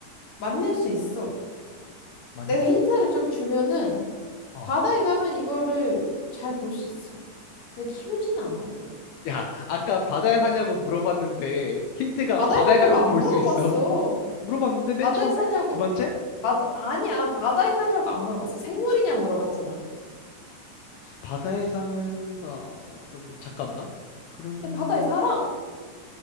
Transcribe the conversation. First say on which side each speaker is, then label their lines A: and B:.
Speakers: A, on the left; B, on the left.
A: 만날 수 있어.
B: 만날
A: 내가 힌트를
B: 수,
A: 좀 주면은
B: 어.
A: 바다에 가면 이거를 잘 볼 수 있어. 근데 키우진 않아, 이걸.
B: 야, 아까 바다에 사냐고 물어봤는데, 힌트가
A: 바다에
B: 바다에
A: 사냐고
B: 가면
A: 안
B: 볼
A: 물어봤어.
B: 수 있어. 물어봤는데 맨
A: 바다에
B: 처음에
A: 사냐고.
B: 두 번째
A: 바다, 아니야, 바다에 사냐고 안 물어봤어. 생물이냐 물어봤잖아.
B: 바다에 산다 그러면 잠깐만 그러면은
A: 근데 바다에 살아.